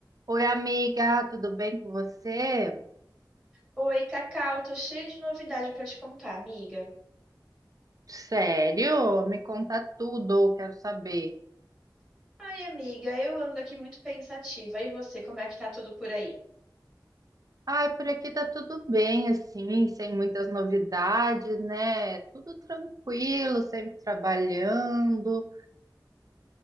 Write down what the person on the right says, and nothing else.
Oi, amiga, tudo bem com você?
Sério? Me conta tudo, eu quero saber.
Ai, por aqui tá tudo bem, assim, sem muitas novidades, né? Tudo tranquilo, sempre trabalhando.